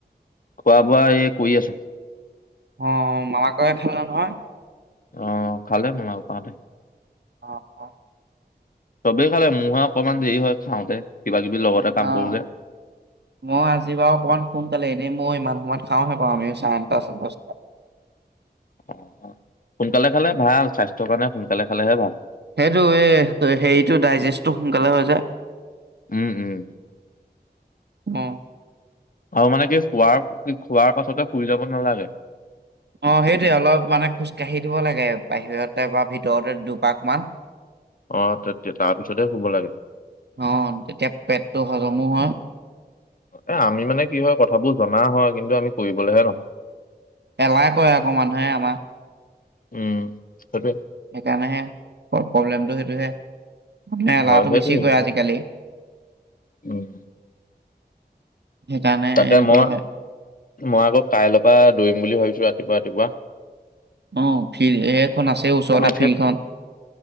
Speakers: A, on the left; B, on the right.
A: খোৱা বোৱা এ কৰি আছো।
B: অঁ মামাকয়ে খালা নহয়।
A: অঁ খালে মামাক তাহতে
B: অঁ অঁ
A: চবেই খালে মোহে অকনমান দেৰি হয় খাওঁতে কিবা। কিবি লগতে কাম
B: অঁ
A: কৰো যে
B: মই আজি বাৰু অকমান সোনকালে এনেই মই ইমান সমত খাওঁহে বাওঁ আমি চাৰেনটা দহটা
A: অঁ সোনকালে খালে ভাল স্বাস্থ্যৰ কাৰণে সোনকালে খালেহে ভাল
B: সেইটো এই হেৰিটো ডাইজেষ্টটো সোনকালে হৈ যায়
A: উম উম
B: অঁ
A: আৰু মানে কি খোৱাৰ খোৱাৰ পাছতে শুই যাব নালাগে
B: অঁ সেইটোৱেই অলপ মানে খোজকাঢ়ি দিব লাগে বাহিৰতে বা ভিতৰতে দুপাক মান
A: অঁ তে তাৰপিছতে শুব লাগে
B: অঁ তেতিয়া পেটটো হজমো হয়
A: এ আমি মানে কি হয় কথাবোৰ জনা হয় কিন্তু আমি কৰিবলেহে নহয়
B: এলাহ কয় আকৌ মানুহে আমাক
A: উম সেইটোৱে
B: সেইকাৰণেহে প্ৰব্লেমটো সেইটোহে মানে এলাহটো
A: হয় সেইটোৱে
B: বেছি কৱে
A: সেইটোৱে।
B: অ আজিকালি
A: উম
B: সেইকাৰণে
A: তাকে
B: এনেকোৱা
A: মই
B: হয়।
A: মই আকৌ কাইলৈৰ পৰা দৌৰিম বুলি ভাবিছো ৰাতিপুৱা ৰাতিপুৱা
B: অ ফিল্ড সেইখন আছে ওচৰতে ফিল্ডখন